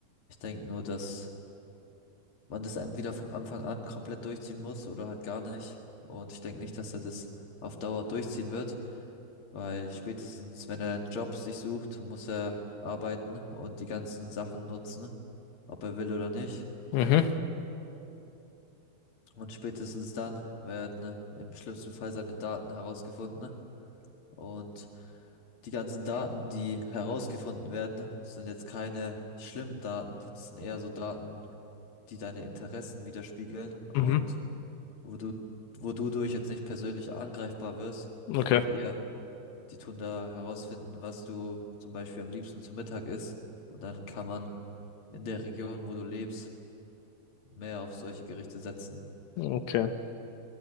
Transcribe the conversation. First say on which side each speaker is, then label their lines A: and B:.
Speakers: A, on the left (about 40°); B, on the left (about 85°).
A: Ich denke nur, dass man das entweder von Anfang an komplett durchziehen muss oder halt gar nicht. Und ich denke nicht, dass er das auf Dauer durchziehen wird, weil spätestens, wenn er einen Job sich sucht, muss er arbeiten und die ganzen Sachen nutzen, ob er will oder nicht.
B: Mhm.
A: Und spätestens dann werden im schlimmsten Fall seine Daten herausgefunden. Und die ganzen Daten, die herausgefunden werden, sind jetzt keine schlimmen Daten. Das sind eher so Daten, die deine Interessen widerspiegeln und
B: Mhm.
A: wo du, wo du durch jetzt nicht persönlich angreifbar wirst,
B: Okay.
A: sondern eher, die tun da herausfinden, was du zum Beispiel am liebsten zum Mittag isst. Und dann kann man in der Region, wo du lebst, mehr auf solche Gerichte setzen.
B: Okay.